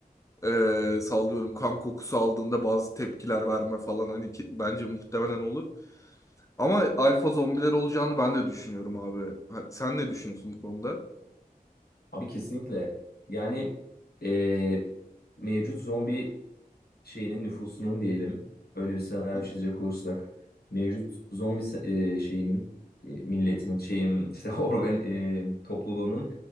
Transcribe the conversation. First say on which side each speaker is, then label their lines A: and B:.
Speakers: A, on the left; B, on the left.
A: eee, sallıyorum kan kokusu aldığında bazı tepkiler verme falan hani ki- bence muhtemelen olur. Ama alfa zombiler olacağını ben de düşünüyorum abi. Ha, Sen ne düşünüyorsun bu konuda?
B: Abi kesinlikle. Yani e, mevcut zombi şeyinin nüfusunun diyelim. Öyle bir senaryo
A: <laughs>
B: çizecek olursak. Mevcut zombi se- e, şeyinin, e, milletinin, şeyin, işte <laughs> organ e, topluluğunun